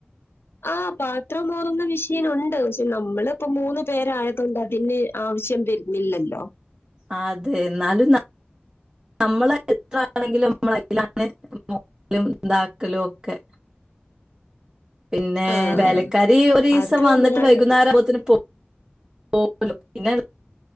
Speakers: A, on the left; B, on the right.
A: ആഹ് പാത്രമോറുന്ന മെഷീനുണ്ട് പക്ഷെ നമ്മളിപ്പോ മൂന്ന് പേരായതൊണ്ട് അതിന് ആവശ്യം വരുന്നില്ലല്ലോ
B: ആഹ് അതെ എന്നാലും നാ നമ്മള് എത്ര ആണെങ്കിലും നമ്മള് ഇതിലാണ് നോക്കലും ഇതാക്കലും ഒക്കെ പിന്നേ
A: ആഹ്.
B: വേലക്കാരി ഒരിസം
A: അത്
B: വന്നിട്ട്
A: ഞാന്
B: വൈകുന്നേരം ആമ്പുത്തേന് പോ പോവലും പിന്നെ